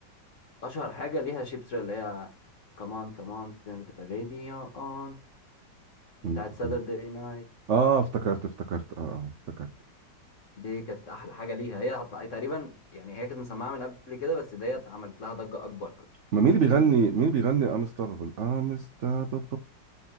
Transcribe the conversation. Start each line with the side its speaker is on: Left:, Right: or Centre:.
Left: اشهر حاجه ليها شيبس اللي هي كمان كمان turn the radio on
Right: يعني
Left: بتاعت Saturday night
Right: اه افتكرت افتكرت اه اه افتكرت
Left: دي كانت احلى حاجه ليها هي حط- تقريبا يعني هي كانت مسمعه من قبل كده بس ديت عملت لها ضجه اكبر
Right: ما
Left: بكتير
Right: مين اللي بيغني مين اللي بيغني انستابابل انستابابل